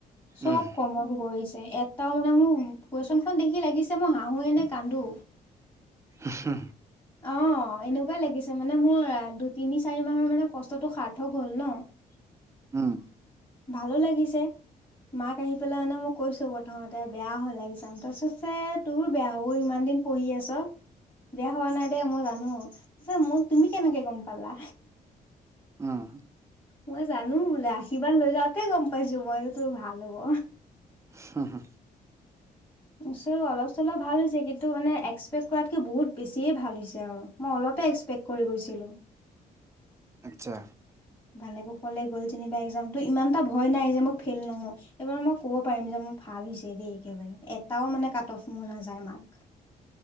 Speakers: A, on the left; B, on the right.
A: চব
B: উম,
A: কমন কৰিছে এটাও মানে মোক কুৱেশন খন দেখি লাগিছে মই হাঁহোৱে নে কান্দো।
B: হা হা
A: অ এনেকুৱাই লাগিছে মানে মোৰ এ দুই তিনি চাৰি মাহৰ মানে কষ্টটো সাৰ্থক হল ন। <unintelligible>
B: উম
A: ভালো লাগিছে। মাক আহি পেলাই মানে মই কৈছো প্ৰথমতে বেয়া হ'ল এক্সজাম তাৰ পিছত যে তোৰ বেয়া হ'ব ইমান দিন পঢ়ি আছ। বেয়া হোৱা নাই দে মই জানো, পিছে মোক তুমি কেনেকে গম পালা।
B: উম
A: মই জানো বোলে আশীৰ্বাদ লৈ যাওঁতে গম পাইছো মই যে তোৰ ভাল হ'ব।
B: হা হা
A: মই কৈছোঁ অলপ চলপ ভাল হৈছে কিন্তু টো মানে এক্সপেক্ট কৰাতকৈ বহুত বেছিয়ে ভাল হৈছে আৰু মই অলপে এক্সপেক্ট কৰি গৈছিলোঁ। <unintelligible>
B: আচ্ছা।
A: ভালে কৌশলে গ'ল যেনিবা এক্সামটো ইমান এটা ভয় নাই যে মই ফেইল নহও। এইবাৰ মই কব পাৰিম যে মোৰ ভাল হৈছে দেই একেবাৰে এটাও মানে কাট অফ মোৰ নাযায় মাৰ্ক।